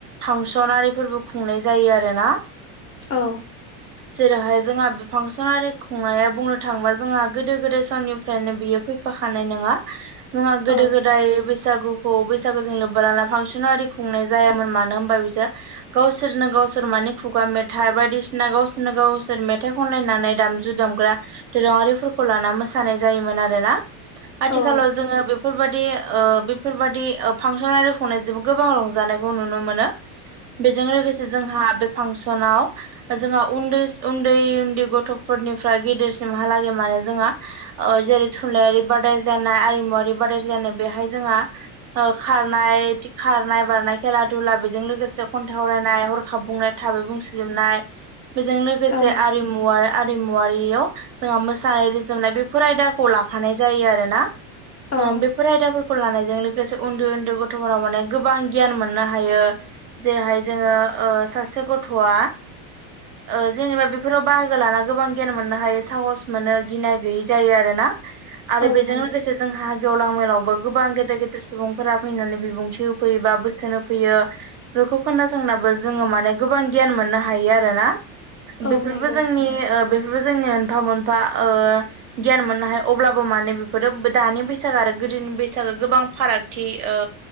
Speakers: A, on the right; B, on the left.
A: फांसनारिफोरबो खुंनाय जायो आरोना
B: औ
A: जेरावहाय जोंहा फांसनारि खुंनाया बुंनो थांङोबा जोंहा गोदो गोदाय समनिफ्रायनो बियो फैफाखानाय नङा मुङा गोदो
B: औ
A: गोदाय बैसागु खौ बैसागो जों लोब्बा लाना फांसनाव आरि खुंनाय जायामोन मानो होनबा बिसोर गावसोरनो गावसोर माने खुगा मेथाइ बायदिसिना गावसोरनो गावसोर मेथाइ खनलायनानै दामजुदुम दोरोङारिफोरखौ लाना मोसानाय जायोमोन आरोना आथिखालाव
B: औ
A: जोङो बेफोरबायदि ओ बेफोरबायदि ओ फांसन आरो खुंनायजोंबो गोबां रंजानायखौ नुनो मोनो
B: <unintelligible>
A: बेजों लोगोसे जोंहा बे फांसनाव जोंहा उन्दै उन्दै उन्दै गथ'फोरनिफ्राय गेदेरसिमहालागै माने जोंङा ओ जेरै थुनलाइारि बादायज्लायनाय आरिमुवारि बादायज्लायनाय बेहाय जोंहा ओ खारनाय खारनाय बारनाय खेला दुला बेजों लोगोसे खन्थाइ आवरायनाय हरखाब बुंनाय थाबै बुंसलिबनाय बेजों लोगोसे
B: औ
A: आरिमुवा आरिमुवारियाव जोंहा मोसानाय रोजाबनाय बेफोर आयदाखौ लाफानाय जायो आरोना
B: औ
A: ओम बेफोर आयदाफोरखौ लानाय जों लोगोसे उन्दै उन्दै गथ'फोराव माने गोबां गियान मोननो हायो जेरैहाय जोङो ओ सासे गथ'आ ओ जेनेबा बेफोराव बाहागो लाना गोबां गियान मोननो हायो साहस मोनो गिनाय गैयै जायो आरो ना आरो
B: औ
A: बेजों
B: नंगौ
A: लोगोसे जोंहा गेवलां मेलाव। गोबां गेदेर गेदेर सुबुंफोरा फैनानै बिबुंथि होफैयो बा बोसोन होफैयो बेफोरखौ खोनासंनाबो जोङो माने गोबां गियान मोननो हायो आरोना। बेफोरबो
B: औ नंगौ
A: जोंनि ओ बे जोंनि मोनफा मोनफा ओ गियान मोननो हाया अब्लाबो माने बेफोरो दानि बैसागो आरो गोदोनि बैसागो गोबां फारागथि ओ